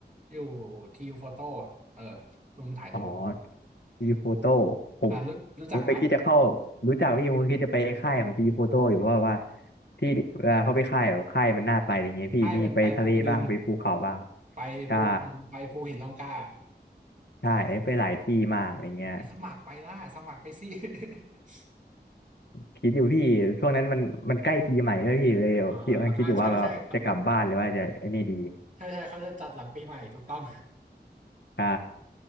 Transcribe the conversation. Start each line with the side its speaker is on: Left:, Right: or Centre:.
Right: อยู่ทียูโฟโต้เออชุมนุมถ่ายรูป
Left: อ๋อทีโฟโต้ผม
Right: อ่ารู้รู้จักไหม
Left: ผมไปคิดจะเข้ารู้จักพี่ผมคิดจะไปค่ายของทีโฟโต้อยู่เพราะว่าที่เวลาเขาไปค่ายแบบค่ายมันน่าไปอย่างเงี้ยพี่มีไปทะเลบ้างไปภูเขาบ้าง
Right: ให้มันไปภูกระดึงไปภูกระดึงไปภูหินร่องกล้า
Left: ใช่ใช่ไปหลายที่มากอะไรเงี้ย
Right: ไม่สมัครไปล่ะสมัครไปสิ <laughs>
Left: คิดอยู่พี่ช่วงนั้นมันมันใกล้ปีใหม่ด้วยพี่เลยคิดกำลังคิดอยู่ว่าแบบจะกลับบ้านหรือว่าจะไอ้นี่ดี
Right: อ๋ออ่าใช่ใช่ครับ ใช่ใช่เขาจะจัดหลังปีใหม่ถูกต้อง
Left: ใช่